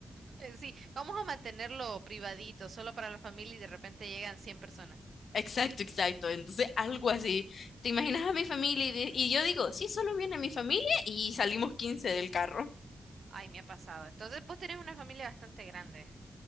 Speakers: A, on the right (about 65°); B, on the left (about 75°).
A: Eh, Sí, vamos a mantenerlo privadito, solo para la familia y de repente llegan 100 personas.
B: Exacto, exacto, entonces algo así. ¿Te imaginas a mi familia? Y, de- y yo digo, sí, solo viene mi familia y salimos quince del carro.
A: Ay, me ha pasado. Entonces, vos tenés una familia bastante grande.